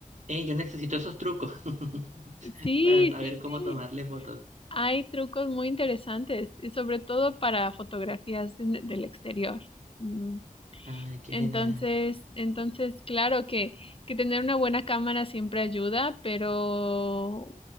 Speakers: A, on the right (about 55°); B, on the left (about 40°).
A: Eh, yo necesito esos trucos <laughs>
B: Sí,
A: para saber
B: sí,
A: cómo
B: sí.
A: tomarle fotos.
B: Hay trucos muy interesantes, y sobre todo para fotografías de- del exterior. Mm.
A: Ay, qué
B: Entonces,
A: genial.
B: entonces, claro que, que tener una buena cámara siempre ayuda, pero